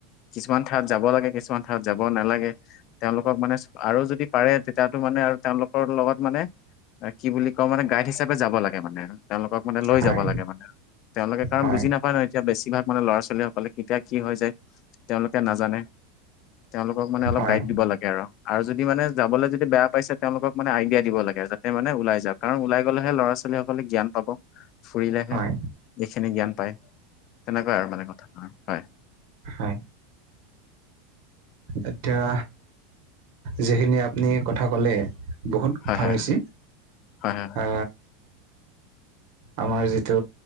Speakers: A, on the left; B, on the right.
A: কিছুমান ঠাইত যাব লাগে কিছুমান ঠাইত যাব নালাগে তেওঁলোকক মানে আৰু যদি পাৰে তেতিয়াতো মানে আৰু তেওঁলোকৰ লগত মানে কি বুলি ক মানে গাইড হিচাপে যাব লাগে মানে তেওঁলোক মানে লৈ
B: হয়
A: য লাগোনে তেওঁলোকে কাৰণ
B: হয়
A: বুজি নাপায় ন এতিয়া বেছিভাগ মানে ল'ৰা ছোৱালী ছোৱালী সকলে কেতিয়া কি হৈ যায় তেওঁলোকে নাজানে তেওঁলোকক মানে অলপ
B: হয়
A: গাইড দিব লাগে তেওলোক মানে অলপ গাইদ দিব লাগে আৰু যদি মানে যাবলৈ যদি বেয়া পাইছে তেওঁলোকক মানে আইডিয়া দিব লাগে যাতে মানে ওলাই যাওক কাৰণ ওলাই গলেহে ল'ৰা ছোৱালী সকলে জ্ঞান পাব ফুৰিলেহে
B: হয়
A: এইখিনি জ্ঞান তেনেকুৱা আৰু মানে কথা হয়
B: অ এতিয়া যিখিনি আপুনি কথা ক'লে বহুত
A: হয়
B: ভাল
A: হয়
B: হৈছি
A: হয় হয়
B: অা আমাৰ যিটো